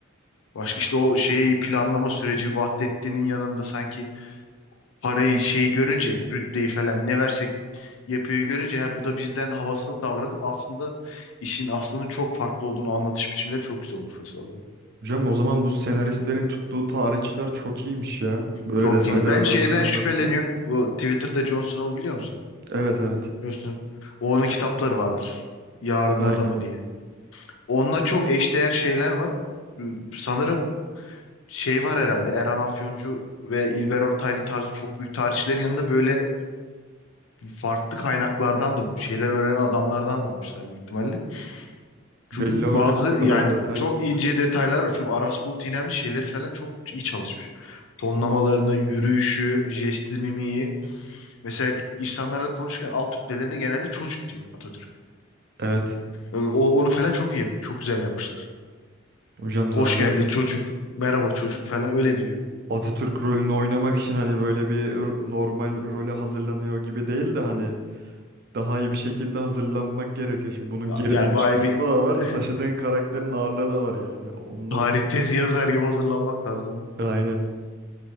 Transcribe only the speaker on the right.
Uf.
Hocam o zaman bu senaristlerin tuttuğu tarihçiler çok iyiymiş ya. Böyle
detaylara
önem
veriyorlarsa.
Evet evet.
Aynen.
Belli hocam
bu kadar
detay.
Evet.
Hocam zaten
Atatürk rolünü oynamak için hani böyle bir r- normal role hazırlanıyor gibi değil de hani daha iyi bir şekilde hazırlanmak gerekiyor. Şimdi bunun
geri
dönüş
kısmı
da var.
Taşıdığın karakterin ağırlığı da var yani. Ondan
aynen.